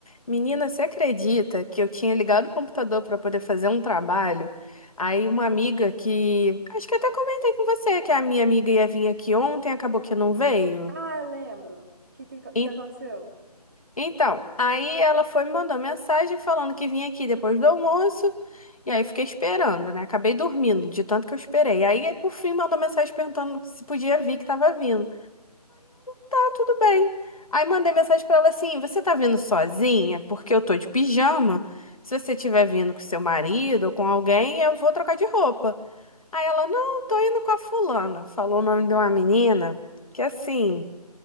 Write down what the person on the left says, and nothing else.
Menina, você acredita que eu tinha ligado o computador para poder fazer um trabalho? Aí uma amiga que, acho que até comentei com você que a minha amiga ia vir aqui ontem, acabou que não veio.
En-
Então, aí ela foi me mandou mensagem falando que vinha aqui depois do almoço, e aí fiquei esperando, né? Acabei dormindo de tanto que eu esperei. Aí por fim mandou mensagem perguntando se podia vir que tava vindo. Tá tudo bem. Aí mandei mensagem pra ela assim: Você tá vindo sozinha? Porque eu tô de pijama. Se você tiver vindo com seu marido ou com alguém, eu vou trocar de roupa. Aí ela: Não, tô indo com a fulana. Falou o nome de uma menina que assim,